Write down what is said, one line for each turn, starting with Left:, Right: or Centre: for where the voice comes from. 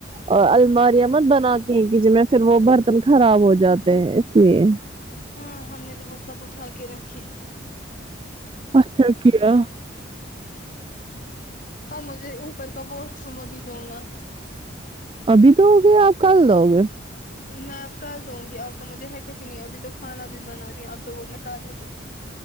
Right: اور الماریاں مت بنا کے ہیں کچن میں پھر وہ برتن خراب ہو جاتے ہیں اس لیے
Left: ہاں ہم نے تو وہ سب اٹھا کے رکھی
Right: اچھا کیا
Left: ا مجھے اوپر کا واش روم ابھی دھونا ہے
Right: ابھی تو ہو گے آپ کل دھو گے
Left: میں اب کل دھوں گی اب تو مجھے حرکت ہی نہیں ابھی تو کھانا بھی بنا رہی اب تو میں کل ہی دھوں گی